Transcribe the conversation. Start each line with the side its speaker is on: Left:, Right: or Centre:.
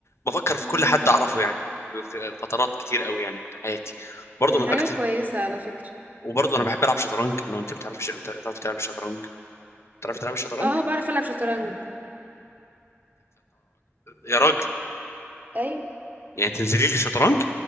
Left: بفكر في
Right: امم
Left: كل حد اعرفه يعني في فترات كتير قوي يعني في حياتي برضو
Right: دي
Left: من
Right: حاجه
Left: اكتر
Right: كويسه على فكره
Left: وبرضو انا بحب العب شطرنج لو انت بتعرف بتعرف تلعب الشطرنج بتعرف تلعب الشطرنج
Right: اه بعرف العب شطرنج
Left: يا راجل
Right: ايوه
Left: يعني تنزلي لي شطرنج